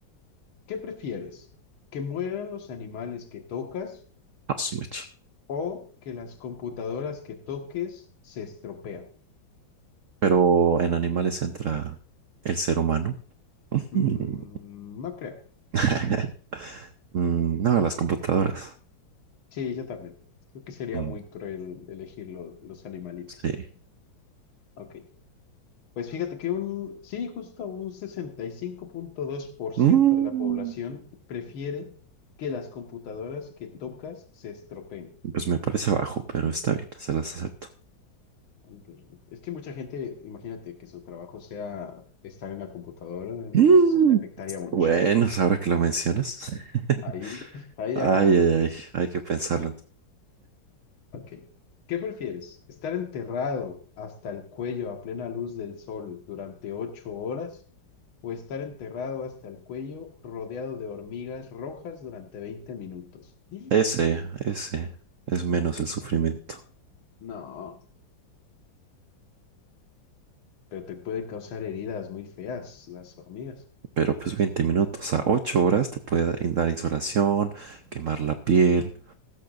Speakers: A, on the left; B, on the right.
A: ¿Qué prefieres? ¿Que mueran los animales que tocas
B: a su mecha.
A: o que las computadoras que toques se estropean?
B: Pero en animales entra el ser humano.
A: Mm,
B: Ujú.
A: no creo.
B: <laughs>
A: Ok.
B: Mm, No, las computadoras.
A: Sí, yo también. Creo que sería
B: Mm,
A: muy cruel elegir lo- los animalitos.
B: Sí.
A: Ok. Pues fíjate que un, sí, justo un sesenta y cinco punto dos por ciento
B: Mm,
A: de la población prefiere que las computadoras que tocas se estropeen.
B: Pues me parece bajo, pero está bien, se las acepto.
A: Un problema. Es que mucha gente, imagínate que su trabajo sea estar en la computadora,
B: Mm,
A: pues sí le afectaría mucho.
B: Bueno, pues ahora que lo mencionas. <laughs>
A: Ahí, ahí
B: Ay,
A: ya cambia.
B: ay, ay, hay que pensarlo.
A: Ok. ¿Qué prefieres? ¿Estar enterrado hasta el cuello a plena luz del sol durante ocho horas o estar enterrado hasta el cuello rodeado de hormigas rojas durante 20 minutos? <gasps>
B: Ese, ese es menos
A: ¿Por
B: el sufrimiento.
A: qué? No, pero te puede causar heridas muy feas las hormigas.
B: Pero pues veinte minutos a 8 horas te puede in- dar insolación, quemar la piel.